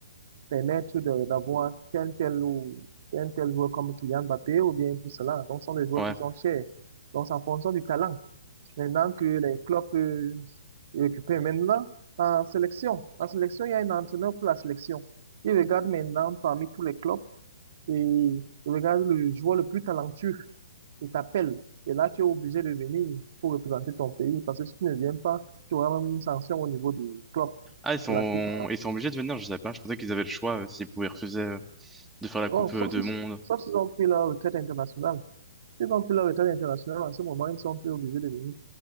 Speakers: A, on the right; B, in the centre.
A: permettre de- d'avoir un tel ou un tel joueur comme Kylian Mbappé ou bien tout cela. Donc, ce sont des joueurs
B: Ouais.
A: qui sont chers. Donc, c'est en fonction du talent. Maintenant que les clubs euh, récupèrent maintenant en sélection. En sélection, il y a un entraîneur pour la sélection. Il regarde maintenant parmi tous les clubs et il regarde le joueur le plus talentueux. Il t'appelle. Et là, tu es obligé de venir pour représenter ton pays parce que si tu ne viens pas, tu auras même une sanction au niveau du club.
B: Ah, ils
A: Parce
B: sont,
A: que la FIFA
B: ils sont obligés de venir, je sais pas. Je pensais qu'ils avaient le choix euh, s'ils pouvaient refuser euh, de faire
A: Bon,
B: la Coupe
A: sauf
B: euh, de
A: si-
B: Monde.
A: sauf s'ils ont pris leur retraite internationale. S'ils ont pris leur retraite internationale, en ce moment, ils sont plus obligés de venir.